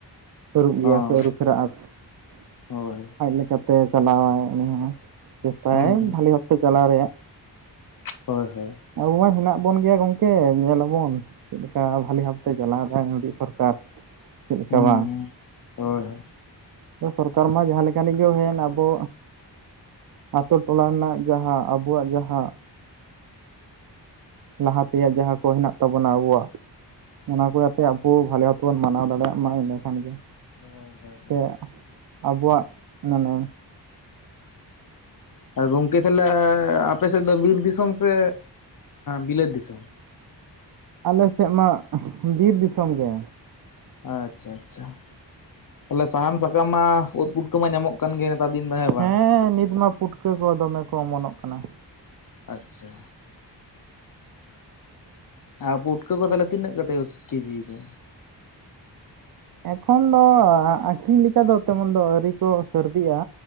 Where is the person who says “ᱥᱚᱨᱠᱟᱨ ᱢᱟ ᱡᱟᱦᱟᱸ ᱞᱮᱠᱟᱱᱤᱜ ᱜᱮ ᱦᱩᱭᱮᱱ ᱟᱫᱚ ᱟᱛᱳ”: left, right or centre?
Right